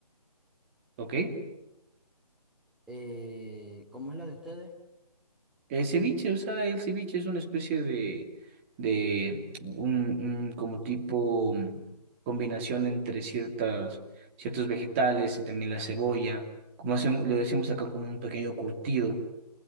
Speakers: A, on the right (about 20°); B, in the centre.
A: ¿Ok?
B: eh, ¿cómo es la de ustedes?
A: El ceviche, o sea, el ceviche es una especie de, de un, un como tipo mm, combinación entre ciertas, ciertos vegetales y también la cebolla, como hacemos, le decimos acá como un pequeño curtido,